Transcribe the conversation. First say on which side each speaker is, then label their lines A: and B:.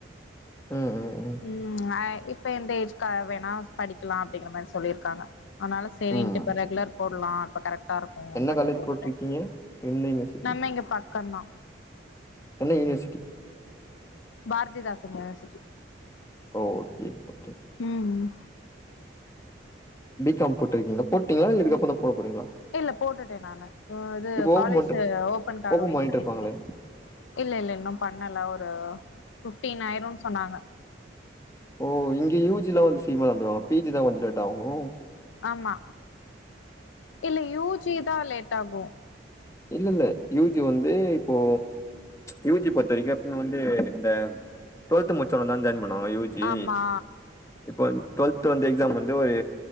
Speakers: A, on the left; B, on the left.
A: ம் ம் ம்
B: உம் அ இப்ப எந்த ஏஜ்கா வேணா படிக்லா அப்டிங்கிற மாரி சொல்லிருக்காங்க அதனால செரின்டு
A: ம்
B: இப்ப ரெகுலர் போட்லா அப்ப கரெக்டா இருக் கு
A: என்ன
B: அப்டின்னு
A: காலேஜ்
B: போட்டுட்டே
A: போட்ருக்கீங்க என்ன யூனிவர்சிட்டி
B: நம்ம இங்க பக்கந்தா
A: என்ன யுனிவர்சிட்டி
B: பாரதிதாசன் யுனிவர்சிட்டி
A: ஓ சேர்ப்ப சேர்
B: ம் ம்
A: பி காம் போட்ருக்கீங்களா போட்டீங்களா இல்ல இதுக்கப்றந்தா போடப்போறீங்களா
B: இல்ல போட்டுட்டே நானு ம் இது
A: ஓப்பன்
B: காலேஜூ
A: பண்ட்டு
B: ஓபன்க்காக
A: ஓப்பன்
B: வெயிட் பண்ணிட்டு
A: இருப்பாங்களே
B: இருக்கே இல்ல இல்ல இன்னு பண்ணல ஒரு பிஃப்டீன் ஆயிரு சொன்னாங்க
A: ஓ இங்க யூ ஜ ல்லா வந்து சீக்கமா தொந்துவாங்க பி ஜி தா கொஞ்ச லேட் ஆகு
B: ஆம்மா இல்ல யூ ஜி தா லேட் ஆகு
A: இல்லல்ல யூ ஜி வந்து இப்போ யூ ஜி பொத்த வரைக்கு இவங்க வந்து இந்த டுவெல்த் முடிச்சவ தான் ஜாயின் பண்ணுவாங்க யூ ஜி
B: ஆமா
A: இப்போ டுவெல்த் வந்து எக்ஸாம் வந்து ஒரு